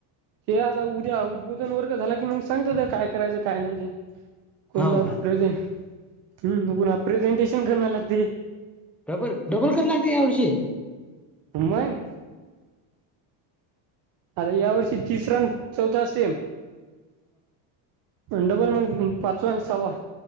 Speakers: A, on the right; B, in the centre.
A: ते आता उद्या उद्बोधन वर्ग झाला की मग सांगत तर काय करायचं काय नाही. कोणता
B: हो का
A: प्रेझें ह् कोणा प्रेझेंटेशन कराला लागते.
B: डबल डबल करच लागते एवडषशी.
A: त्मग. आता या वर्षी तिसरा आणि चौथा सेम. डबल मग पाचवा आणि सहावा.